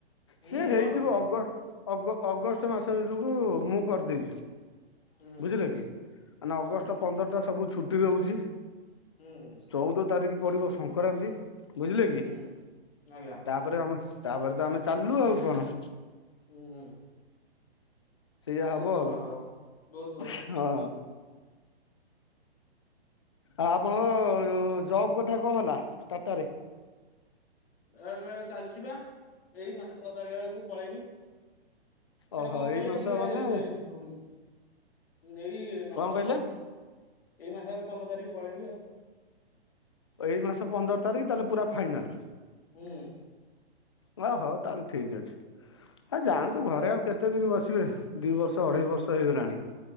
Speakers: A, on the left (about 65°); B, on the left (about 30°).
A: ହୁଁ
B: ସେ ହେଇଯିବ
A: ଭଲ ଭଲ।
B: ଅଗଷ୍ଟ ଅଗଷ୍ଟ ମାସ ଭିତରକୁ ମୁଁ କରିଦେବି।
A: ହୁଁ।
B: ବୁଝିଲେ କି ମାନେ ଅଗଷ୍ଟ
A: ଆଜ୍ଞା।
B: ପନ୍ଦରଟା ସବୁ ଛୁଟି ରହୁଛି।
A: ହୁଁ
B: ଚଉଦ ତାରିଖ ପଡିବ ସଂକ୍ରାନ୍ତି ବୁଝିଲେ କି
A: ହୁଁ
B: ତା
A: ଆଜ୍ଞା।
B: ତାପରେ ଆମ ତାପରେ ତ ଆମେ ଚାଲୁଲ ଆଉ କଣ।
A: ହୁଁ ହୁଁ
B: ସେଇଆ
A: ବହୁତ
B: ହବ
A: ଭଲ
B: ଆଉ
A: ବହୁତ ଭଲ
B: ହଁ। ଆ ଆପଣଙ୍କ ଜବ୍ କଥା କଣ ହେଲା ଟାଟାରେ।
A: ଏ ଚାଲିଛି ବା ଏଇ ମାସ ପଦର୍ ତାରିକ ବେଳକୁ ପଳେଇବି। ସେଟା
B: ଓହୋ
A: କଣ କହିଲେ
B: ଏଇ ମାସ
A: ଟିକେ
B: ମାନେ
A: ହ ଏଇ
B: କଣ
A: ମାସ
B: କହିଲେ?
A: ଆଉ। ଏଇ ମାସ ହେ ପନ୍ଦର ତାରିଖ ପଳେଇବି ଆଉ।
B: ଏଇ ମାସ ପନ୍ଦର ତାରିଖ ତାହେଲେ ପୁରା ଫାଇନାଲ।
A: ହୁଁ
B: ହଉ ହଉ ତାହେଲେ ଠିକ ଅଛି ଆଉ ଯାଆନ୍ତୁ
A: ହୁଁ
B: ଘରେ ଆଉ କେତେ ଦିନ ବସିବେ। ଦି ବର୍ଷ
A: ହୁଁ
B: ଅଢେଇ ବର୍ଷ ହେଇଗଲାଣି।